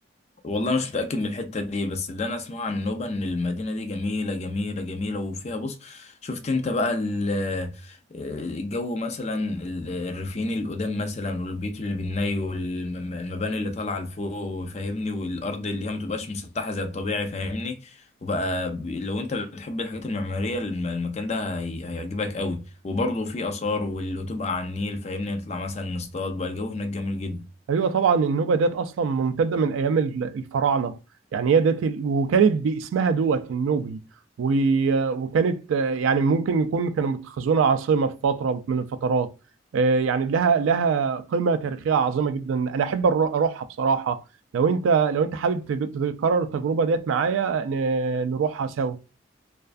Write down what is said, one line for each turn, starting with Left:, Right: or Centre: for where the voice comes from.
Left: والله مش متأكد من الحتة دي بس اللي أنا أسمعه عن نوبة إن المدينة دي جميلة جميلة جميلة وفيها بص شفت أنت بقى ال- الجو مثلا ال- الريفيين القدام مثلا والبيوت اللي بالني والمباني اللي طالعة لفوق فاهمني والأرض اللي هي متبقاش مسطحة زي الطبيعي فاهمني وبقى ب- لو أنت بتحب الحاجات المعمارية الم- المكان ده هي- هيعجبك قوي وبرضه فيه آثار واللي تبقى على النيل فاهمني نطلع مثلا نصطاد بقى الجو هناك جميل جدا
Right: ايوه طبعا النوبه ديت اصلا ممتده من ايام ال- الفراعنه يعني هي ديت ال- وكانت باسمها دوت النوبي و- وكانت آه، يعني ممكن يكون كانوا متخذونها عاصمه في فتره من الفترات آه، يعني لها لها قيمه تاريخيه عظيمه جدا انا احب أرو- اروحها بصراحه لو انت لو انت حابب تج- تكرر التجربه ديت معايا ن- نروحها سوا